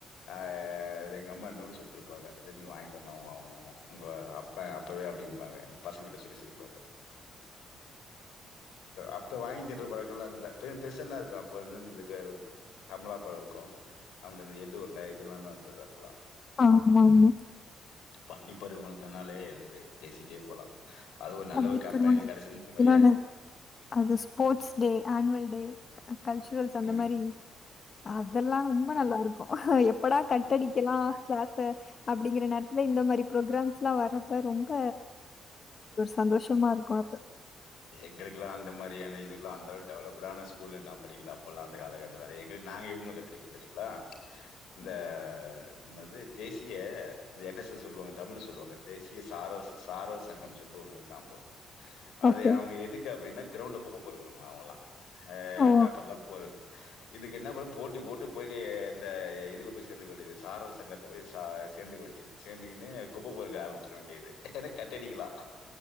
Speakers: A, on the left; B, on the left.
A: அது எங்க அம்மா என்னோடு சுட்டுருப்பாங்க அதே மாரி வாங்கிட்டு வந்தாங்கோ ஒ உங்க அப் ப அப்பவே அப்டிம்பாங்க பசங்க கிட்ட சொல்லி சிரிப்பாங்க அப் ப வாங்கி தின்ற பளக்கல்லா இல்ல பெ பெசென்னா இருக்கு அப்ப வந்து கமலா பழம் இருக்கு அப்படி இந்த எள்ளு உருண்டை இதெல்லா தா இந்தது அப்பெல்லா
B: ஆமா ஆமா
A: பள்ளி பருவன் சொன்னாலே வந்து பேசிட்டே போலா அதுவு ஒரு நல்ல
B: பண்ணிட்டு
A: ஒரு கம்பெனி
B: வருவாங்க
A: கெடச்சதுன்
B: இன்னொன்னு
A: வையே
B: அது sports day annual day culturals அந்த
A: ம்.
B: மாரி அதெல்லா ரொம்ப நல்லா இருக்கு எப் படா கட்டடிக்கலா கிளாஸ்ஸ அப்படிங்கிற நேரத்துல இந்த மாரி ப்ரோக்கிராம்ஸ் எல்லா வர்ரப்ப ரொம்ப சந்தோஷமா இருக்கு அப்ப
A: எங்களுக்குலா அந்த மாதிரியான இதுல்ல அந்தவு டெவல்டான ஸ்கூலல்லா நா படிக்கல்லா அப்பல்லா அந்த காலகட்ட வேற எங்களுக் நாங்க இன்னு அடிப்புந்து தெரிங்கலா இந்த
B: ம்
A: என்பது தேசிய என் எஸ் எஸ் சொல்லுவாங்க தமிழு சொல்லுவாங்க தேசிய சார சாரர் சங்கம் சொல்ட் டு ஒன்னு க்கு அப்போ அது
B: ஓகே.
A: அவங்க எதுக்கு அப்படின்னா கிரௌண்ட்ல குப்ப பொருக்குறவங்க அவங்கல்லா அ
B: ஓ!
A: பேப்பர் எல்லா பொரு இதுக்கு என்ன பண் போட்டி போட்டு போயிட்டு இந்த இதுல போய் சேர்ந்து கொண்டியது சாரர் சங்கத்த போய் ச சேர்ந்துக்க வேண்டியது சேந்துக்கின்னு குப்ப பொருக்க ஆரம்பிச்சிட வேண்டியது எனா கட்டடிக்கலா